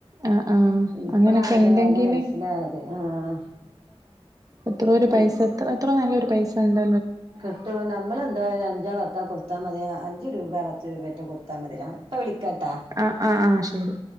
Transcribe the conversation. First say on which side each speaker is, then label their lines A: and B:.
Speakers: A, on the right; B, on the right.
A: ആഹ് ആഹ്
B: ഇപ്പളാണ്
A: അങ്ങനൊക്കെ
B: അതിന്റെ
A: ഇണ്ടെങ്കില്
B: വെല മനസ്സിലായത് ആഹ്
A: എത്രയോ ഒരു
B: നം
A: പൈസ എത്ര എത്രോ നല്ലൊരു പൈസ ഉണ്ട്
B: കിട്ടും നമ്മളെന്താ അഞ്ചോ പത്തോ കൊടു കൊട്ത്താ മതിയാ അഞ്ച് രൂപ പത്ത് രൂപായിട്ടോ കൊടുത്താ മതി ഇപ്പൊ വിളിക്കാ
A: ആഹ് ആഹ് ആഹ് ശരി